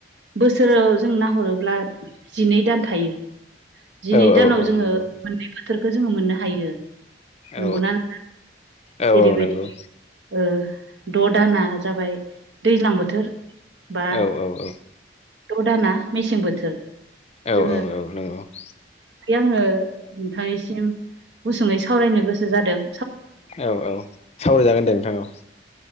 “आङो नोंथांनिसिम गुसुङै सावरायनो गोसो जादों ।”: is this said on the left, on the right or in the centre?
Right